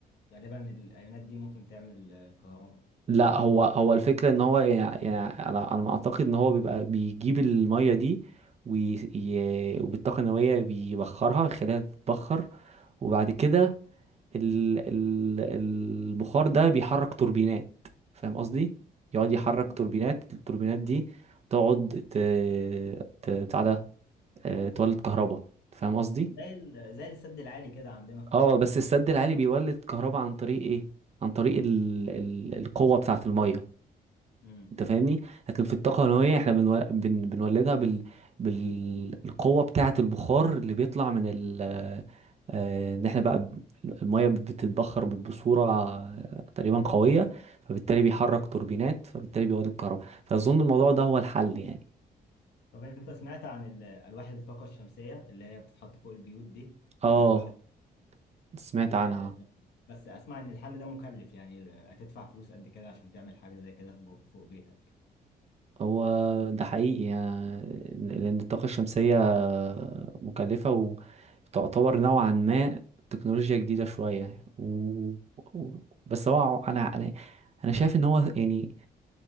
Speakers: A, on the left (about 80°); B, on the right (about 40°).
A: فغالبا الأيونات دي ممكن تعمل آه، كهرباء
B: لا
A: ولا إيه؟
B: هو هو الفكرة ان هو يعني, يعني انا انا ما اعتقد ان هو بيبقى بيجيب المية دي وي- ي- وبالطاقة النووية بيبخرها يخليها تتبخر وبعد كده ال ال البخار ده بيحرك توربينات فاهم قصدي؟ يقعد يحرك
A: مم.
B: توربينات التوربينات دي تقعد ت ت بتاع ده آه، تولد كهرباء فاهم قصدي؟
A: زي ال- زي السد العالي كده عندنا في
B: اه
A: أسوان
B: بس
A: صح؟
B: السد العالي بيولد كهرباء عن طريق ايه؟ عن طريق ال ال القوة بتاعة المية
A: امم
B: انت فاهمني لكن في الطاقه
A: فاهم.
B: النوويه احنا بنو... بن... بنولدها بال... بال- بالقوه بتاعه البخار اللي بيطلع من ال آه، ان احنا بقى ب- الميه بتتبخر ب- بصوره آه، تقريبا قويه فبالتالي بيحرك توربينات فبالتالي بيولد كهرباء فاظن الموضوع ده هو الحل يعني
A: طب أنت سمعت عن ال- ألواح الطاقة الشمسية اللي هي بتتحط فوق البيوت دي
B: اه
A: بتولد
B: سمعت عنها
A: آه بس أسمع إن الحل ده مكلف يعني هتدفع فلوس قد كده عشان تعمل حاجة زي كده فوق فوق بيتك
B: هو ده حقيقي يعني لأن الطاقة الشمسية مكلفة وتعتبر نوعا ما تكنولوجيا جديدة شوية و... و... بس هو أنا أنا أنا شايف إن هو يعني